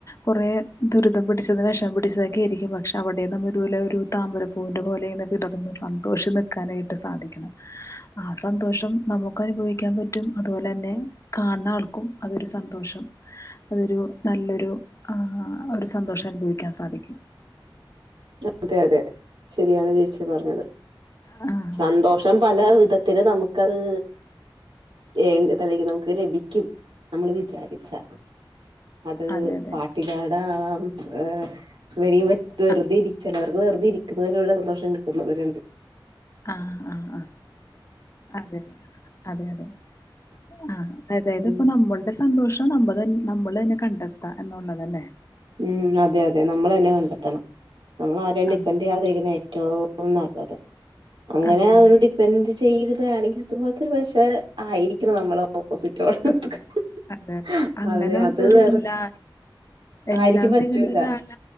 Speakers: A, on the left; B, on the right.
A: കുറെ ദുരിതപ്പെട്ട വിഷം പിടിച്ചതൊക്കെയാരിക്കും വച്ചെ പക്ഷെ അവിടെന്നും ഇതുപോലെ ഒരു താമ്പരപ്പൂവിന്റെ പോലെ തന്നെ വിടർന്ന് സന്തോഷം നിൽക്കാനായിട്ട് സാധിക്കണം ആ സന്തോഷം നമുക്ക് നമുക്ക് അനുഭവിക്കാൻ പറ്റും അതുപോലെ തന്നെ കാണുന്ന ആൾക്കും അതൊരു സന്തോഷം അതൊരു നല്ലൊരു ആ ഒരു സന്തോഷം അനുഭവിക്കാൻ സാധിക്കും
B: അതെ അതെ ശരിയാണ് ചേച്ചി പറഞ്ഞത്
A: ആഹ്
B: സന്തോഷം പല വിധത്തിലെ നമുക്കതെ ഏ ണ്ടിയതെല്ലങ്കിൽ നമുക്ക് ലഭിക്കും നമ്മളതു ചെയ് വിചാരിച്ചാ അത്
A: അതെ അതെ
B: പാട്ടിക്കാടാവാം ആ വെ വെറുതെ
A: ആഹ്
B: ഇരിച്ചലാ തെ വെറുതെ ഇരിക്കുന്നതിലുള്ള സന്തോഷം കിട്ടുന്നുവരുണ്ട്
A: ആ ആഹ ആ അതെെ അതെ അതെ ആ അതായത്
B: ഉം
A: ഇപ്പോ നമ്മളുടെ സന്തോഷം നമ്മ നമ്മളെ തന്നെ കണ്ടെത്ത എന്നുള്ളതല്ലേ
B: ഉം അതെ അതെ നമ്മളെ തന്നെ കണ്ടെത്തണം നമ്മൾ ആരണ്ട്
A: ആഹ്
B: കണ്ടാദരിക്കണ ഏറ്റവും നല്ലത് അങ്ങനെ
A: അതെ
B: അവരു
A: അതെ
B: ഡിപെൻഡ് ചെയ്യലെ ആണെങ്കിൽ അതുപോലത്തെ ഒരു പക്ഷേ ആയിരിക്കണം നമ്മളോ ഓപ്പോസിറ്റടെ
A: ആഹ്
B: ഹ
A: അതന്നെ
B: ഹ
A: അങ്ങനെ
B: അതെ
A: ഉള്ളൊരു
B: അത് വേറെ
A: എല്ലാ എല്ലാം
B: ആരിക്കും പറ്റൂല
A: തികന്ന ഒരാള